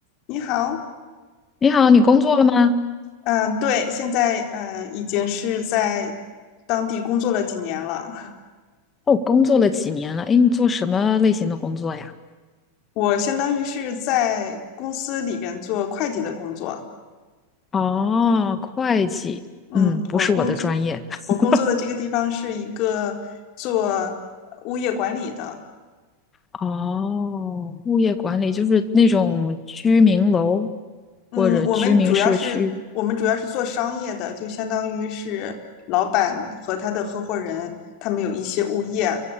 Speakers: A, on the left (about 40°); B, on the left (about 20°).
A: 你好，
B: 你好，你工作了吗？
A: 嗯，对，现在嗯已经是在当地工作了几年了。
B: 哦，工作了几年了？哎，你做什么类型的工作呀？
A: 我相当于是在公司里边做会计的工作。
B: 哦，会计，
A: 嗯，
B: 嗯，不是我的专业。
A: 我工作
B: <laughs>
A: 我工作的这个地方是一个做物业管理的，
B: 哦，物业管理就是那种居民楼
A: 嗯，
B: 或者居民社区。
A: 我们主要是我们主要是做商业的，就相当于是老板和他的合伙人，他们有一些物业，